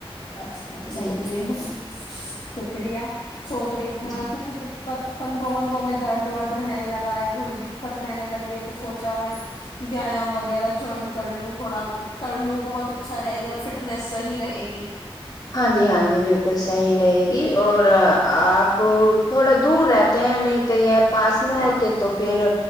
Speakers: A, on the left; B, on the left.
A: اچھا
B: جی
A: چلیے
B: جی
A: بہت ش کرریہ سوچ رہی
B: جی
A: م کیونکہ کندھوں وندھوں میں درد ورد رہنے لگا ہے تھوڑی دقت رہنے لگی ہے تو سوچا میں ویام وغیرہ جوائن کر لوں تھوڑا کر لوں بہت اچھا رہے گا فٹنیس صحیح رہے گی
B: ہاں جی ہاں جی بالکل صحیح رہے گی اور آپ تھوڑا دور رہتے ہیں نہیں تو یہ پاس میں ہوتے تو پھر